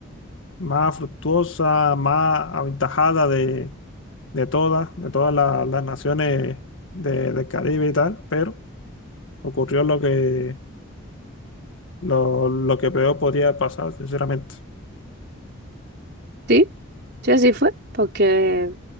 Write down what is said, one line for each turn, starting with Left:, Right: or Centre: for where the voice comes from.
Left: más fructuosa, más aventajada de, de todas, de todas la- las naciones de- del Caribe y tal, pero ocurrió lo que, lo, lo que peor podría pasar, sinceramente.
Right: Sí, sí, así fue, porque